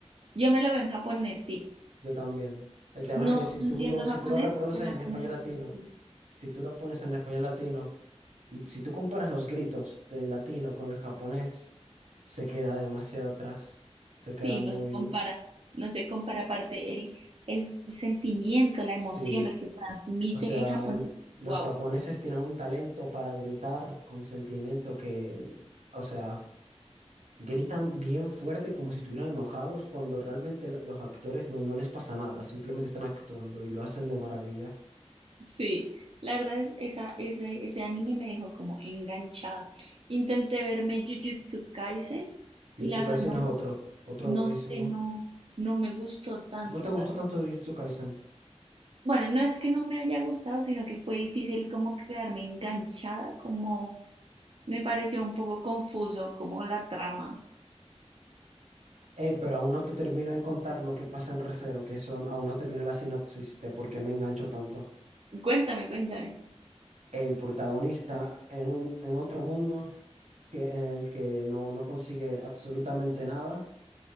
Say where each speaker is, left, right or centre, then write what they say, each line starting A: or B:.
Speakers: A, on the right; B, on the right.
A: Yo me lo veo en japonés, sí.
B: Yo también. El tema
A: No,
B: es que si
A: no
B: tú
A: entiendo
B: lo, si
A: japonés,
B: tú lo reproduces
A: pero
B: en
A: con
B: español
A: subtítulos.
B: latino, si tú lo pones en español latino, l- si tú comparas los gritos del latino con el japonés, se queda demasiado atrás. Se
A: Sí,
B: queda muy...
A: no se compara, no se compara aparte el, el sentimiento, la
B: Sí.
A: emoción, lo que transmite
B: O sea,
A: en japonés.
B: el- los
A: Wow,
B: japoneses tienen un talento para gritar con sentimiento que, o sea, gritan bien fuerte como si estuvieran enojados cuando realmente la- los actores no, no les pasa nada, simplemente están actuando y lo hacen de maravilla.
A: sí. La verdad es esa, ese, ese anime me dejó como enganchada. Intenté verme Jujutsu Kaisen
B: Jujutsu
A: y la
B: Kaisen
A: verdad no,
B: es otro, otro
A: no
B: buenísimo.
A: sé, no, no me gustó tanto,
B: ¿No te
A: ¿sabes?
B: gustó tanto Jujutsu Kaisen?
A: Bueno, no es que no me haya gustado, sino que fue difícil como quedarme enganchada, como me pareció un poco confuso como la trama.
B: Ey, pero aún no te termino de contar lo que pasa en Re:Zero, que son, aún no termino la sinopsis de por qué me engancho tanto.
A: Cuéntame, cuéntame.
B: El protagonista en un, en otro mundo que, en el que no, no consigue absolutamente nada,